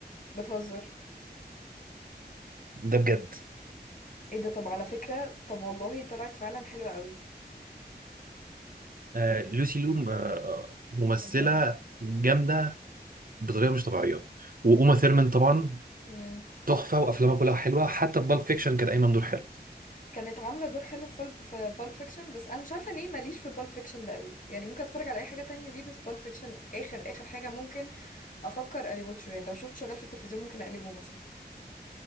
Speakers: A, on the left (about 50°); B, on the right (about 55°).
A: بتهزر
B: ده بجد
A: ايه ده طب على فكرة طب والله طلعت فعلا حلوة قوي
B: آه لوسي لو آه، ممثله
A: فظيعة
B: جامده بطريقه مش طبيعيه وأوما ثيرمان طبعا
A: امم
B: تحفه وافلامها كلها حلوه حتى في بالب فيكشن كانت قايمه بدور حلو
A: كانت عاملة دور حلو في فال- في بالب فيكشن بس انا مش عارفة ليه ماليش في بالب فيكشن ده قوي يعني ممكن اتفرج على اي حاجة تانية ليه بس بالب فيكشن اخر اخر حاجة ممكن افكر الوتشه يعني لو شفت شغال في التلفزيون ممكن اقلبه مثلا